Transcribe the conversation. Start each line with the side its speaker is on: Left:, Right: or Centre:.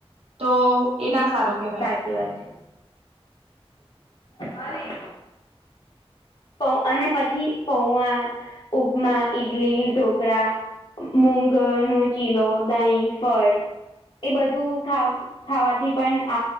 Right: તો એ ના સારું કહેવાય
Left: શી વાત છે. અલી પૌવા, ઉપમા, ઈડલી, અને પછી ઢોકળા મુગ નો ચીલો દહીં ફળ એ બધું ખાવ આ બધું ખાવાથી પણ